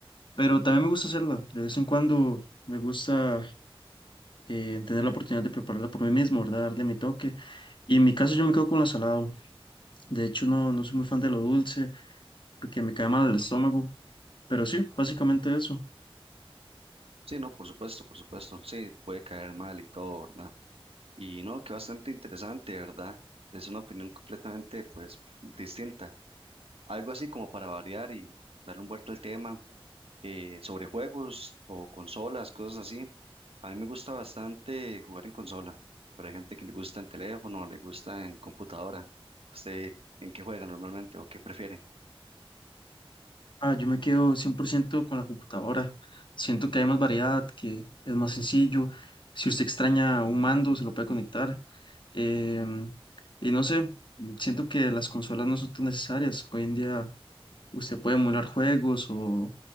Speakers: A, on the left; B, on the right.
A: pero también me gusta hacerla. De vez en cuando me gusta eh, tener la oportunidad de prepararla por mí mismo, ¿verdad? Darle mi toque. Y en mi caso yo me quedo con la salada. De hecho, no, no soy muy fan de lo dulce porque me cae mal el estómago, pero sí, básicamente eso.
B: Sí, no, por supuesto, por supuesto. Sí, puede caer mal y todo, ¿verdad? Y no, que bastante interesante, ¿verdad? Es una opinión completamente, pues, distinta. Algo así como para variar y darle un vuelta al tema eh, sobre juegos o consolas, cosas así. A mí me gusta bastante jugar en consola, pero hay gente que le gusta en teléfono, le gusta en computadora. ¿Usted en qué juega normalmente o qué prefiere?
A: Ah, yo me quedo 100% con la computadora. Siento que hay más variedad, que es más sencillo. Si usted extraña un mando, se lo puede conectar. Em, y no sé, siento que las consolas no son tan necesarias. Hoy en día usted puede emular juegos o